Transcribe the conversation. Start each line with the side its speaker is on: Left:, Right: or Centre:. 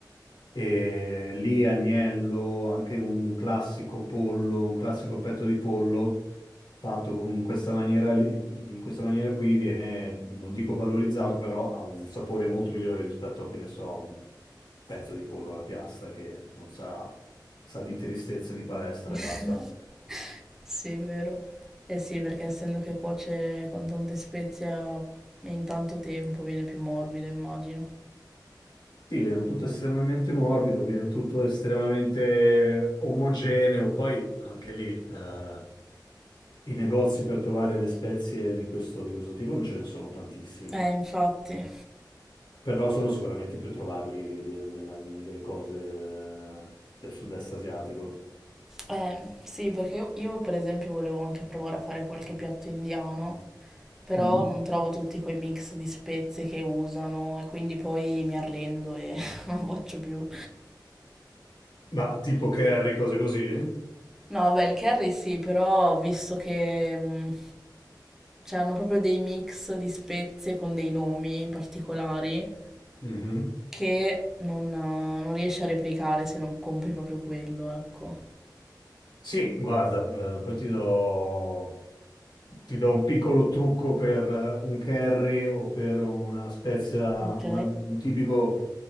Left: e lì agnello, anche un classico pollo, un classico petto di pollo, fatto con- in questa maniera, lì- in questa maniera qui viene, non dico valorizzato, però ha un sapore molto migliore rispetto, che ne so, a un pezzo di pollo alla piastra che non sa, sa di tristezza di palestra
Centre: <laughs>
Left: e basta.
Centre: Sì, vero. Eh sì, perché essendo che cuoce con tante spezie a- in tanto tempo viene più morbido, immagino.
Left: Sì, viene tutto estremamente morbido, viene tutto estremamente omogeneo. Poi anche lì eh, i negozi per trovare le spezie di questo, di questo tipo non ce ne sono tantissime,
Centre: Eh, infatti.
Left: però sono sicuramente più trovabili de- della- delle cose eh, del sud-est asiatico.
Centre: Eh, sì, perché io io, per esempio volevo anche provare a fare qualche piatto indiano, però
Left: Mm.
Centre: non trovo tutti quei mix di spezie che usano e quindi poi mi arrendo e <laughs> non lo faccio più.
Left: Ma tipo curry, cose così?
Centre: No, beh, il curry sì, però visto che mh, cioè, hanno proprio dei mix di spezie con dei nomi particolari.
Left: Mhm.
Centre: che non, non riesci a replicare se non compri proprio quello, ecco.
Left: Sì, guarda, eh, poi ti do, ti do un piccolo trucco per eh, un curry o per una spezia,
Centre: Ok.
Left: una- un tipico.